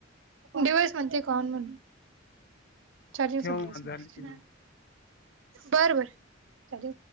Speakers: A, on the right; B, on the left.
A: डिवाइस म्हणते कॉन म्हणून चार्जिंग
B: ठेव
A: संपली
B: मग
A: असेल
B: झाली
A: त्याची,
B: की नाही.
A: बर बर